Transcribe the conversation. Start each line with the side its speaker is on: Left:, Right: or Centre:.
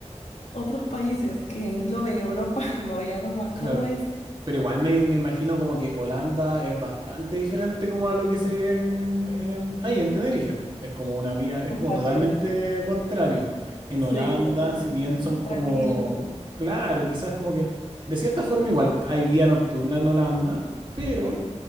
Left: otros países que engloben Europa, <laughs> no, ya no más,
Right: claro.
Left: solo esos.
Right: Pero igual me, me imagino como que Holanda es bastante diferente como a lo que se vive en, en- ahí, en Tenerife. Es como una vía es
Left: Totalmente.
Right: como totalmente contrario. En
Left: Sí,
Right: Holanda,
Left: totalmente,
Right: si bien
Left: más
Right: son como,
Left: tranquilo,
Right: claro, quizás como que, de cierta forma igual hay vía nocturna en Holanda, pero
Left: sí.